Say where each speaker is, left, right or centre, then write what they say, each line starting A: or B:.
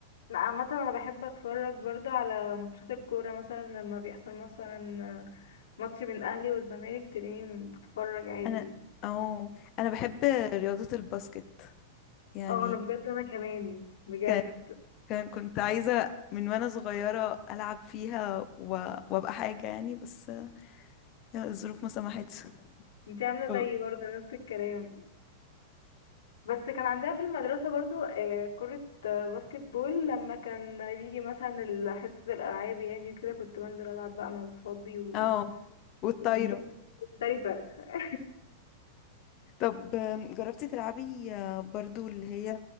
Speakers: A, on the left; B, on the left.
A: لا عامة انا بحب اتفرج برضو على ماتشات الكورة مثلا لما بيحصل مثلا ماتش بين الاهلي والزمالك تلاقيني بتفرج عادي
B: انا اه انا بحب رياضة الباسكت يعني
A: اه انا بجد وانا كمان بجد
B: كان كان كنت عايزة من وانا صغيرة العب فيها و... وابقى حاجة يعني بس يا الظروف ما سمحتش
A: <laughs> انت عامله
B: ف-
A: زيي برضه نفس الكلام بس كان عندها في المدرسه برضه آه، كره آه، باسكت بول لما كان بيجي مثلا ال- حصه الالعاب يعني كده كنت بنزل العب بقى انا واصحابي و...
B: اه والطايرة
A: وكنت مختلفه <laughs>
B: طب جربتي تلعبي برضو اللي هي